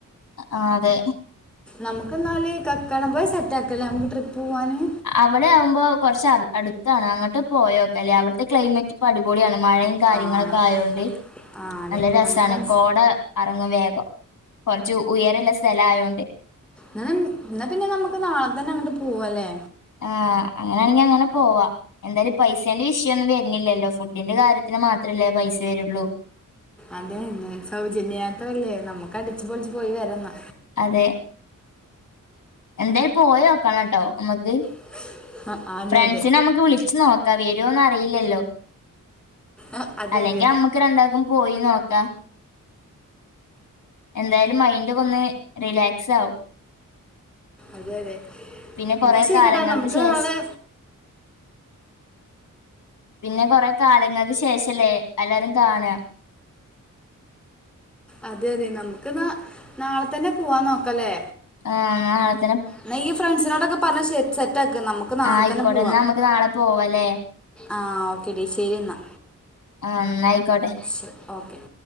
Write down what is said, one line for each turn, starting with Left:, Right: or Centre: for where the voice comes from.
Left: ആഹ് അതെ
Centre: നമുക്കന്നാല് കക്കാടംപുഴ സെറ്റാക്കല്ലേമക്ക് ട്രിപ്പൂവാന്
Left: അവടെയാവ്മ്പോ കൊറച്ച് അട് അട്ത്താണ് അങ്ങട്ട് പോയൊക്കല്ലേ അവിട്ത്തെ ക്ലൈമറ്റ്പ്പടിപൊളിയാണ് മഴയും കാര്യങ്ങളൊക്കായോണ്ട്
Centre: ആഹ് ആഹ് അതെ
Left: നല്ലരസാണ്
Centre: നമുക്ക്
Left: കോട അറങ്ങും വേഗം കൊറച്ച് ഉയെരല്ല സെലായോണ്ട്
Centre: ന്ന ഇന്നപിന്നെ നമ്മക്ക് നാളെ തന്നെഅങ്ങട്ട് പൂവാല്ലേ
Left: ആഹ് അങ്ങനാണെങ്കി അങ്ങനെപോവാ എന്തായാലും പൈസേന്റെ വിഷ്യന്നും വെര്ന്നില്ലല്ലോ ഫുഡിന്റെ കാര്യത്തിന് മാത്രല്ലേ പൈസ വെരുള്ളൂ
Centre: അതെന്നെ സൗജന്യയാത്രല്ലേ നമ്മക്കടിച്ചുപൊളിച്ചു പോയിവരാന്നാ
Left: അതെ എന്തേ പോയോക്കണട്ടോ അമ്മക്ക്
Centre: <unintelligible> അതെ
Left: ഫ്രണ്ട്സിനെമ്മക്ക്
Centre: അതെ
Left: വിളിച്ച്നോക്കാം വരോന്ന് അറിയില്ല്യല്ലോ
Centre: ആ, അതെ
Left: അല്ലെങ്കി
Centre: അതെ
Left: അമ്മ ക്ക് രണ്ടാക്കും പോയി നോക്കാ എന്തായാലും മൈന്റൊകൊന്ന് റിലാക്സാവും
Centre: അതെ അതെ
Left: പിന്നെ കൊറെ
Centre: എന്നാ ശരിടാ
Left: കാലങ്ങൾക്ക്
Centre: നമുക്ക്
Left: ശേഷ്
Centre: നാളെ
Left: പിന്നെ കൊറേ കാലങ്ങൾക്ക് ശേഷല്ലേ അല്ലാരും കാണാ
Centre: അതെ അതെ നമുക്ക് ന്നാ നാളെതന്നെ പൂവാൻ നോക്കല്ലേ
Left: ആ അത്
Centre: ന്ന ഇയ്യ് ഫ്രണ്ട്സിനോടൊക്കെ പറഞ്ഞ് സെ സെറ്റാക്ക് നമു ക്ക് നാളെത്തന്നെ
Left: ആഹ് ആയിക്കോട്ടെ
Centre: പൂവാ
Left: എന്നാ നമുക്ക് നാളെ പോവാല്ലേ
Centre: ആ ഓക്കേ ടീ ശരി എന്നാ
Left: ആ ന്ന ആയ്ക്കോട്ടെ
Centre: ശരി ഓക്കെ